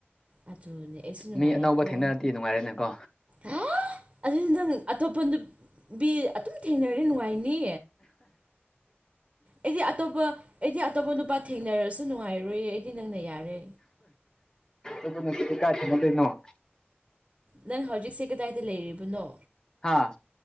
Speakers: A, on the right; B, on the left.
A: ꯑꯗꯨꯅꯦ ꯑꯩꯁꯨ ꯅꯨꯡꯉꯥꯏꯌꯦꯀꯣ
B: ꯃꯤ ꯑꯅꯧꯕ ꯊꯦꯡꯅꯔꯗꯤ ꯅꯨꯡꯉꯥꯏꯔꯦꯅꯦꯀꯣ
A: ꯍꯥ ꯑꯗꯨꯗꯤ ꯅꯪ ꯑꯇꯣꯞꯄ ꯅꯨꯞ ꯄꯤ ꯑꯗꯨꯝ ꯊꯦꯡꯅꯔꯗꯤ ꯅꯨꯡꯉꯥꯏꯅꯤ ꯑꯩꯗꯤ ꯑꯇꯣꯞꯄ ꯑꯩꯗꯤ ꯑꯇꯣꯞꯄ ꯅꯨꯄꯥ ꯊꯦꯡꯅꯔꯁꯨ ꯅꯨꯡꯉꯥꯏꯔꯣꯏꯌꯦ ꯑꯩꯗꯤ ꯅꯪꯅ ꯌꯥꯔꯦ
B: ꯑꯗꯨ ꯀꯥꯇꯅ ꯇꯩꯅꯣ <unintelligible>
A: ꯅꯪ ꯍꯧꯖꯤꯛꯁꯦ ꯀꯗꯥꯏꯗ ꯂꯩꯔꯤꯕꯅꯣ
B: ꯍꯥ